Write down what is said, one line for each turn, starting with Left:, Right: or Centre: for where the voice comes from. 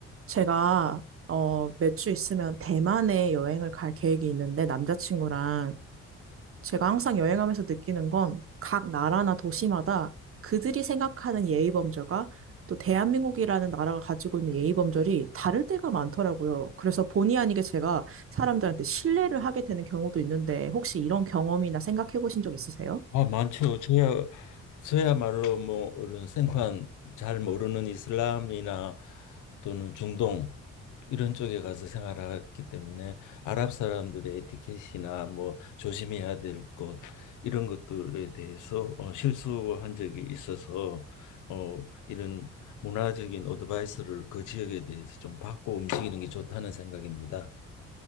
Right: 제가 어, 몇 주 있으면 대만에 여행을 갈 계획이 있는데 남자친구랑 제가 항상 여행하면서 느끼는 건 각 나라나 도시마다 그들이 생각하는 예의 범절과 또 대한민국이라는 나라가 가지고 있는 예의 범절이 다를 때가 많더라고요. 그래서 본의 아니게 제가 사람들한테 신뢰를 하게 되는 경우도 있는데 혹시 이런 경험이나 생각해 보신 적 있으세요?
Left: 아, 많죠. 저야 저야말로 뭐 이런 생판 잘 모르는 이슬람이나 또는 중동 이런 쪽에 가서 생활했기 때문에 아랍 사람들의 에티켓이나 뭐 조심해야 될 것 이런 것들에 대해서 어, 실수한 적이 있어서 어, 이런 문화적인 어드바이스를 그 지역에 대해서 좀 받고 움직이는 게 좋다는 생각입니다.